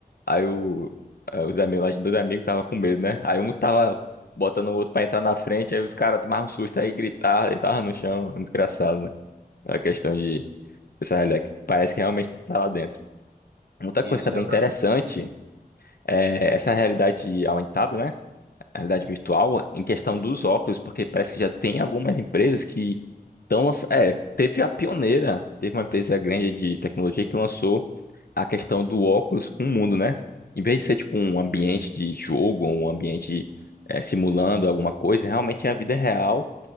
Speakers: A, on the left (about 70°); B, on the right (about 90°).
A: Aí o, eh, os amigos lá, de dois amigos, tava com medo, né? Aí um tava botando o outro pra entrar na frente, aí os caras tomavam um susto, aí gritavam, e tava no chão. Muito engraçado, né? A questão de essa realidade que parece que realmente tá lá dentro. Outra
B: Esse
A: coisa também
B: já
A: interessante
B: para.
A: é essa realidade aumentada, né? a realidade virtual em questão dos óculos, porque parece que já tem algumas empresas que estão lançando. É, teve a pioneira, teve uma empresa grande de tecnologia que lançou a questão do óculos com o mundo, né? Em vez de ser tipo um ambiente de jogo, um ambiente é, simulando alguma coisa, realmente é a vida real.